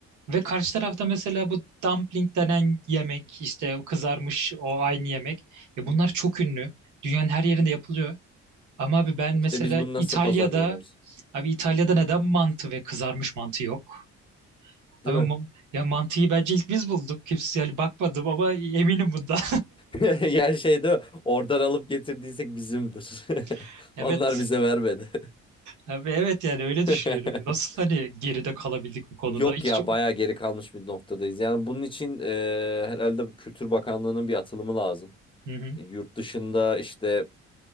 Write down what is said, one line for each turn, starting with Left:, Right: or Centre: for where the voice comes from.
Right: Ve karşı tarafta mesela bu dumpling denen yemek, işte o kızarmış o aynı yemek. Ya bunlar çok ünlü. Dünyanın her yerinde yapılıyor. Ama abi ben mesela
Left: İşte biz bunu nasıl
Right: İtalya'da,
Left: pazarlayamıyoruz?
Right: abi İtalya'da neden mantı ve kızarmış mantı yok? Abi
Left: Değil mi?
Right: mu- ya mantıyı bence ilk biz bulduk. Kimse yani bakmadım ama eminim bundan.
Left: <laughs> Yani şey değil mi? Oradan alıp getirdiysek bizimdir. <laughs>
Right: <laughs> Evet.
Left: Onlar bize vermedi.
Right: Abi evet yani öyle düşünüyorum.
Left: <laughs>
Right: Nasıl hani geride kalabildik bu konuda?
Left: Yok
Right: Hiç
Left: ya bayağı geri kalmış bir noktadayız. Yani bunun için eee herhalde Kültür Bakanlığı'nın bir atılımı lazım.
Right: Hı hı.
Left: E, Yurt dışında işte